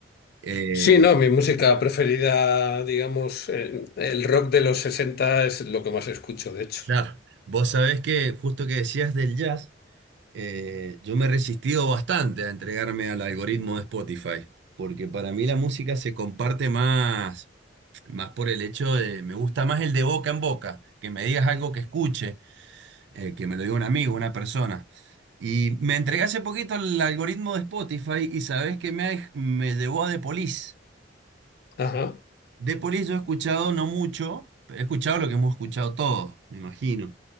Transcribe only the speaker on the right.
Eh,
claro, vos sabés que justo que decías del jazz. Eh, yo me he resistido bastante a entregarme al algoritmo de Spotify, porque para mí la música se comparte más, más por el hecho de, me gusta más el de boca en boca, que me digas algo que escuche, eh, que me lo diga un amigo, una persona. Y me entregué hace poquito al algoritmo de Spotify y sabes que me, ha dej- me llevó a The Police.
De Police yo he escuchado no mucho, he escuchado lo que hemos escuchado todos, me imagino.